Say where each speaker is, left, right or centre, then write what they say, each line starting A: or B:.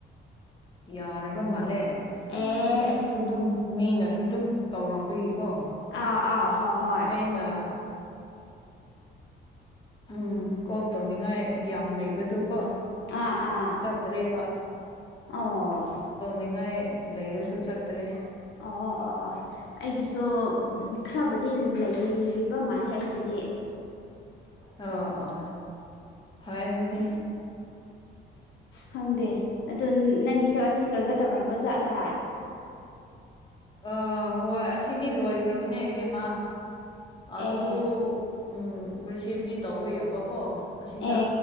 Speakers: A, on the left; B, on the left.
A: ꯌꯥꯔꯕ ꯃꯥꯜꯂꯦ
B: ꯑꯦ
A: ꯑꯩꯁꯨ ꯑꯗꯨꯝ ꯃꯤꯅꯁꯨ ꯁꯨ ꯑꯗꯨꯝ ꯇꯧꯔꯛꯄꯒꯤꯀꯣ
B: ꯑ ꯑ ꯍ ꯍꯣꯏ
A: ꯑꯩꯅ ꯎꯝ ꯀꯣꯛꯜ ꯇꯧꯅꯤꯡꯉꯥꯏ ꯌꯥꯝ ꯂꯩꯕꯗꯨ ꯀꯣ
B: ꯑꯥ ꯑꯥ
A: ꯆꯠꯇ꯭ꯔꯦꯕ
B: ꯑꯣ
A: ꯇꯧꯅꯤꯡꯉꯥꯏ ꯂꯩꯔꯁꯨ ꯆꯠꯇ꯭ꯔꯔꯤ
B: ꯑꯣ ꯑꯣ ꯑꯣ ꯑꯣ ꯑꯩꯒꯤꯁꯨ
A: ꯎꯝ
B: ꯈꯔꯕꯨꯗꯤ ꯂꯩꯔꯤꯕ ꯏꯕꯞ ꯃꯥꯜꯂꯦ ꯑꯩꯒꯤꯗꯤ
A: ꯑꯣ ꯑꯣ ꯐ ꯑꯗꯨꯗꯤ
B: ꯈꯪꯗꯦ ꯑꯗꯨ ꯅꯪꯒꯤꯁꯨ ꯑꯁꯤ ꯂꯣꯏꯒ ꯇꯧꯔꯝꯕꯖꯥꯠ꯭ꯔꯥ
A: ꯑ ꯍꯣꯏ ꯑꯁꯤꯅꯤ ꯂꯣꯏꯈ꯭ꯔꯕꯅꯦ ꯏꯕꯦꯝꯃꯥ ꯑꯗꯨ
B: ꯑꯦ
A: ꯎꯝ ꯔꯤꯁꯤꯞꯇꯤ ꯇꯧꯕ ꯌꯥꯕꯀꯣ ꯑꯁꯤꯗ
B: ꯑꯦ